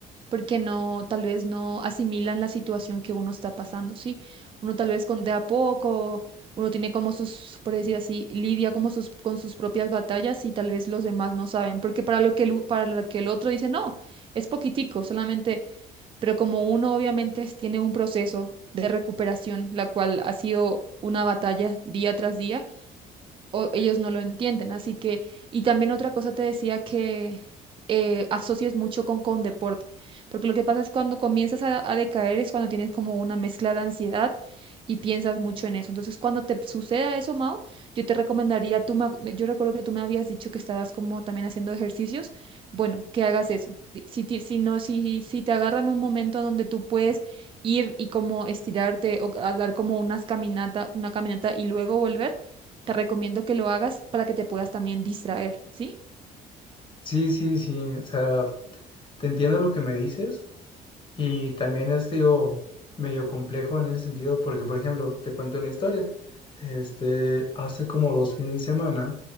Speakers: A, on the right; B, on the left.
A: porque no, tal vez no asimilan la situación que uno está pasando, ¿sí? Uno tal vez con de a poco, uno tiene como sus, por decir así, lidia como sus, con sus propias batallas y tal vez los demás no saben, porque para lo que el, u- para lo que el otro dice, no, es poquitico, solamente, pero como uno obviamente es- tiene un proceso de recuperación, la cual ha sido una batalla día tras día o ellos no lo entienden. Así que, y también otra cosa te decía que eh, asocies mucho con, con deporte, porque lo que pasa es cuando comienzas a, a decaer es cuando tienes como una mezcla de ansiedad y piensas mucho en eso. Entonces, cuando te suceda eso, Mau, yo te recomendaría, tú me ac- yo recuerdo que tú me habías dicho que estabas como también haciendo ejercicios, bueno, que hagas eso. Di- Si, ti- si no, si, si te agarran un momento donde tú puedes ir y como estirarte o a dar como unas caminata, una caminata y luego volver. Te recomiendo que lo hagas para que te puedas también distraer, ¿sí?
B: Sí, sí, sí, o sea, te entiendo lo que me dices. Y también ha sido medio complejo en ese sentido, porque, por ejemplo, te cuento una historia. Este, hace como dos fines de semana